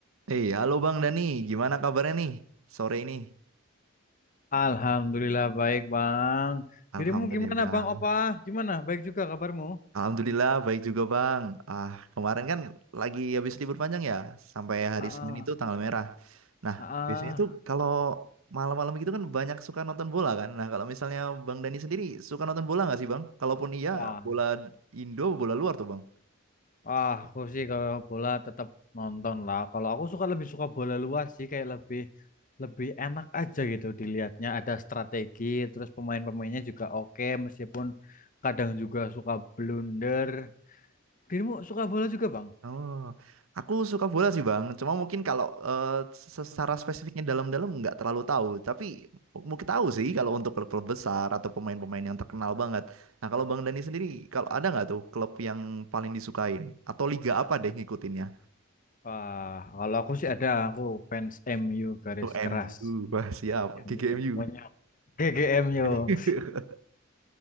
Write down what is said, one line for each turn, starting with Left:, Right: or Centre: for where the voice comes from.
Right: Eh, halo Bang Dani, gimana kabarnya nih sore ini?
Left: Alhamdulillah baik Bang.
Right: Alhamdulillah,
Left: Dirimu gimana Bang Opa? Gimana? Baik juga kabarmu?
Right: Alhamdulillah baik juga Bang. Ah, kemarin kan lagi habis libur panjang ya, sampai hari
Left: Ah,
Right: Senin itu tanggal merah. Nah,
Left: ah,
Right: biasanya tuh kalau malam-malam gitu kan banyak suka nonton bola kan. Nah, kalau misalnya Bang Dani sendiri suka nonton bola nggak sih Bang? Kalaupun iya,
Left: ah,
Right: bola Indo, bola luar tuh Bang.
Left: ah, aku sih kalau bola tetap nonton lah. Kalau aku suka lebih suka bola luar sih, kayak lebih lebih enak aja gitu dilihatnya. Ada strategi, terus pemain-pemainnya juga oke, meskipun kadang juga suka blunder. Dirimu suka bola juga Bang?
Right: Oh, aku suka bola sih Bang. Cuma mungkin kalau eh, secara spesifiknya dalam-dalam nggak terlalu tahu. Tapi mu- mungkin tahu sih kalau untuk klub-klub besar atau pemain-pemain yang terkenal banget. Nah kalau Bang Dani sendiri, kalau ada nggak tuh klub yang paling disukain? Atau liga apa deh ngikutinnya?
Left: Ah, kalau aku sih ada, aku fans MU garis
Right: Oh, MU,
Left: keras.
Right: wah siap, GGMU.
Left: MU, monyok. GGMU.
Right: <laughs>